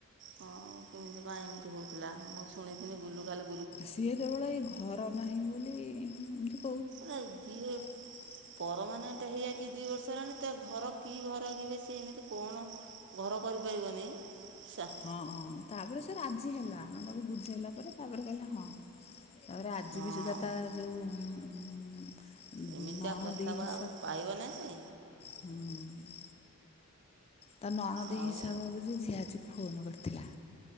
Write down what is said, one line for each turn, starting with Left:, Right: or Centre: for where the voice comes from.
Right: ହଁ କେମିତି କାଇଁ ଏମିତି ହଉଥିଲା ମୁଁ ଶୁଣିଥିନି ଗୁଲୁଗାଲୁ
Left: ସିଏ କେବଳ ଏଇ ଘର ନାହିଁ ବୋଲି ଏମତି
Right: ରଇଲୁ ଯିଏ
Left: ହୁଁ। <unintelligible>
Right: ପରମାନେଣ୍ଟ ହେଇଯାଇଛି ଦି ବର୍ଷ ହେଲାଣି ତା ଘର କି ଘର କିି ବେ ସିଏ ଏମିତି କଣ ଘର କରିପାରିବନେଇ ସା।
Left: ହଁଁ ତାପରେ ସେ ରାଜି ହେଲା ଆମେ ତାକୁ ବୁଝେଇଲା ପରେ ତାପରେ କହିଲା ହଁ। ତାପରେ ଆଜି
Right: ହଁ
Left: ବି ସୁଦ୍ଧା ତାର ଯୋଉ ଉଁ ହୁଁ
Right: ଏମିତିଆ
Left: ନଣନ୍ଦେଇ
Right: ପ୍ରସ୍ତାବ
Left: ଦେଇ ହିସା
Right: ଆଉ ପାଇବନି ସେ
Left: ହୁଁ ତା ନଣନ୍ଦେଇ
Right: ଆଉ
Left: ହିସାବ ହବ ଯେ ସିଏ ଆଜି ଫୋନ୍ କରିଥିଲା।